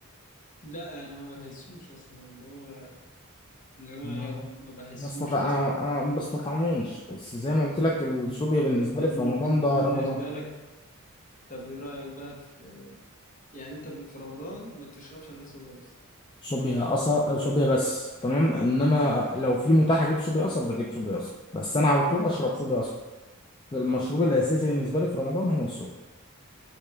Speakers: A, on the left; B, on the left.
A: لا أنا ما بحسوش أصلا اللي هو اللي هو
B: ما
A: لا ما بحسوش
B: ما استطع
A: أصلا
B: انا انا ما بستطعموش بس زي ما قلت لك الصوبيا بالنسبه
A: طب
B: لي في
A: وبالنسبة
B: رمضان ده رقم واحد
A: لك طب إيه رأيك بقى في يعني أنت في رمضان ما بتشربش إلا صوبيا بس
B: صوبيا قصب صوبيا بس تمام انما لو في متاح اجيب صوبيا قصب بجيب صوبيا قصب بس انا على طول اشرب صوبيا قصب المشروب الاساسي بالنسبه لي في رمضان هو الصوبيا